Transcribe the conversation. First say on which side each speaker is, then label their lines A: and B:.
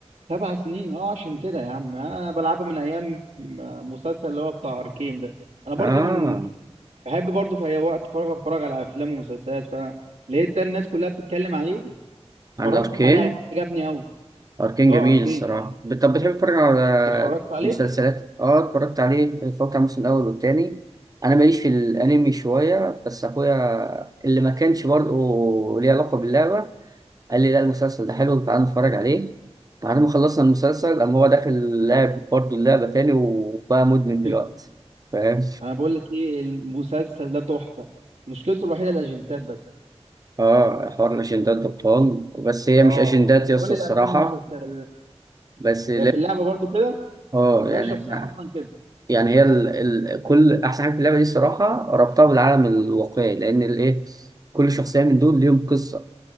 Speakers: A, on the right (about 85°); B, on the right (about 35°).
A: سبع سنين أه عشان كده يا عم أنا بلعبها من أيام مسلسل اللي هو بتاع أركين ده أنا برضو
B: اه
A: من بحب برضو في أي وقت فراغ أتفرج على أفلام ومسلسلات فلقيت ده الناس كلها بتتكلم عليه
B: عن
A: اتفرجت
B: اركين
A: عليه عجبني قوي
B: أركين
A: اه
B: جميل
A: اركين
B: الصراحة بت- طب بتحب تتفرج على
A: انت اتفرجت عليه
B: مسلسلات؟ اه اتفرجت عليه اتفرجت على الموسم الأول والتاني أنا ماليش في الأنمي شوية بس أخويا اللي ما كانش برضه ليه علاقة باللعبة قال لي لا المسلسل ده حلو تعالى نتفرج عليه بعد ما خلصنا المسلسل قام هو داخل لعب برضه اللعبة تاني وبقى مدمن دلوقتي
A: <laughs>
B: فاهم؟
A: انا بقول لك ايه المسلسل ده تحفه مشكلته الوحيده الاجنتات بس
B: اه حوار الأشندات ده بطال بس هي
A: اه
B: مش أشندات يا اسطى
A: كل
B: الصراحة
A: الافلام والمسلسلات
B: بس لا
A: هي في اللعبه برضو كده
B: اه يعني
A: هي الشخصيه اصلا كده
B: يعني هي ال... ال... كل احسن حاجه في اللعبه دي الصراحه ربطها بالعالم الواقعي لان الايه كل شخصيه من دول ليهم قصه